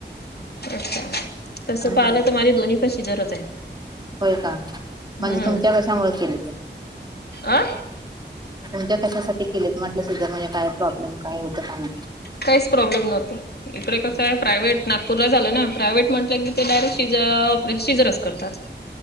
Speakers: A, on the left; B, on the right.
A: अच्छा! तसं
B: हम्म
A: पाहिलं तर माझे दोन्ही पण माझे सिझरच आहे.
B: होय का म्हणजे
A: हम्म
B: तुमच्या कशामुळे केले ते.
A: अ
B: तुमच्या कशासाठी केलेत म्हटलं सुद्धा म्हणजे काय प्रॉब्लेम काय होत का म्हटलं.
A: काहीच प्रॉब्लेम नव्हतो इकडे कसं आहे प्रायव्ट नागपूरला झालं ना प्रायव्हेट म्हटलं की ते डायरेक्ट सिज ऑपरे सिजरच करतात.